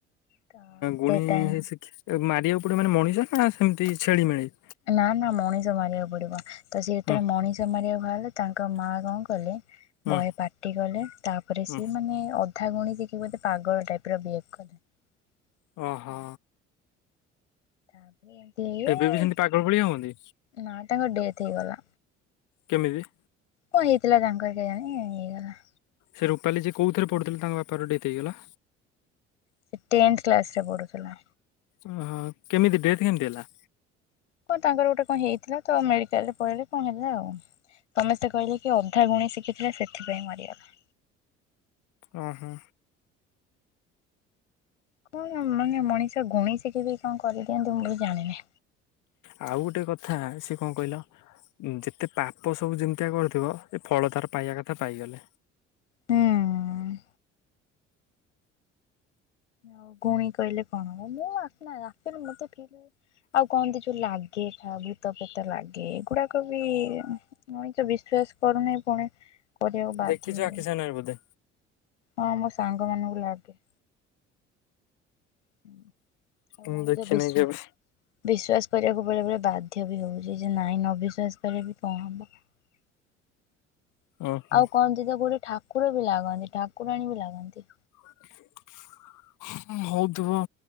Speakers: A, on the left; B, on the left.
A: ତ
B: ଗୁଣି
A: ସେ ଟାଇମ
B: ଶିଖି ମାରିବାକୁ ପଡିବ ମାନେ -ମଣିଷ ନା ସେମତି ଛେଳି ମେଳି
A: ନା ନା ମଣିଷ ମାରିବାକୁ ପଡିବ ତ ସେ ଯେତବେଳେ
B: ହୁଁ
A: ମଣିଷ ମାରିବାକୁ ହେଲେ ତାଙ୍କ ମା କଣ କଲେ
B: ହୁଁ
A: ବହେ ପାଟି କଲେ ତାପରେ
B: ହୁଁ
A: ସିଏ ମାନେ କଥା <unintelligible> କି ବୋଧେ ପାଗଳ ଟାଇପ ର ବିହେଭ କରେ <unintelligible>
B: ଓହୋ
A: ଏମିତି ଇ
B: ଏବେ ବି ସେମିତି ପାଗଳ ଭଳିଆ ହୁଅନ୍ତି
A: ନା ତାଙ୍କ ଡେଥେ ହେଇଗଲା।
B: କେମିତି?
A: କଣ ହେଇଥିଲା ତାଙ୍କର କେଜାଣି? ହେଇଗଲା।
B: ସେ ରୂପାଲି ଯେ କୋଉ ଥିରେ ପଢୁଥିଲେ ତାଙ୍କ ବାପାର ଡେଥ୍ ହେଇଗଲା।
A: ସେ ଟେନ୍ଥ କ୍ଲାସରେ ପଢୁଥିଲା।
B: ଓହୋ, କେମିତି ଡେଟ କେମତି ହେଲା?
A: କଣ ତାଙ୍କର ଗୋଟେ କଣ ହେଇଥିଲା ତ, ମେଡିକାଲ ରେ ପଳେଇଲେ କଣ ହେଲା ଆଉ ସମସ୍ତେ କହିଲେ କି ଅଧା ଗୁଣି ଶିଖିଥିଲେ ସେଥିପାଇଁ ମରିଗଲା।
B: ହଁ ହଁ
A: କଣ ମାନେ ମଣିଷ ଗୁଣିଶିଖିକି ବି କଣ କରିଦିଅନ୍ତି ମୁଁ ବୋଲି ଜାଣିନି।
B: ଆଉ ଗୋଟେ କଥା ସେ କଣ କହିଲ -ଯେତେ ପାପ ସବୁ ଯେମିତିକା କରିଥିବ? ଏଇ ଫଳତାର ପାଇବା କଥା ପାଇଗଲେ।
A: ହୁଁ ଉଁ ଆଉ ଗୁଣୀ କହିଲେ କଣ ହବ? ମୁଁ ଆସନା ଆସିଲି ମତେ ଫିଲ୍ ହ ଆଉ କହନ୍ତି ଯୋଉ ଲାଗେ ଭୂତ ପେତ ଲାଗେ ଏଗୁଡାକ ବି ମଣିଷ ବିଶ୍ଵାସ କରୁନାହିଁ ପୁଣି କରିବାକୁ ବାଧ୍ୟ
B: ଦେଖିଛ
A: ହୁଏ,
B: ଆଖି ସାମ୍ନାରେ ବୋଧେ
A: ହଁ ମୋ ସାଙ୍ଗ ମାନଙ୍କୁ ଲାଗେ। <unintelligible>
B: ମୁଁ ଦେଖିନି
A: ବିଶ୍ଵାସ
B: କେବେ
A: କରିବାକୁ ବେଳେ ବେଳେ ବାଧ୍ୟ ବି ହଉଛି ଯେ ନାଇଁ ଅବିଶ୍ଵାସ କଲେ ବି କଣ ହବ? <inaudible>
B: ଓହୋ
A: ଆଉ କହନ୍ତି ତ କୋଉଠି ଠାକୁର ବି ଲାଗନ୍ତି, ଠାକୁରାଣୀ ବି ଲାଗନ୍ତି।
B: <unintelligible> ହଉଥିବ